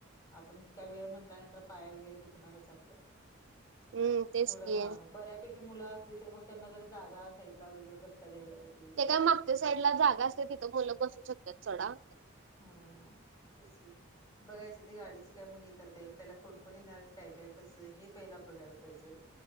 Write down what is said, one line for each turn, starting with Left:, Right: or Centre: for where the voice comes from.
Left: आपण इतका वेळ म्हटल्यानंतर पाया वगैरे दुखणारच आपलं
Right: हम्म तेच
Left: थोडं
Right: की
Left: हा बऱ्यापैकी मुलं असली तर मग त्यांना जर जागा असायला वगैरे बसता द्यायला येतेच
Right: ते काय मागच्या साईड ला जागा असते तिथं मुलं बसू शकतात चढा
Left: हा तेसगे बघायचं ते गाडीचं काय मग हे करता येईल पहिला कोणकण येणार काय काय कसं हे पहिला बघायला पाहिजे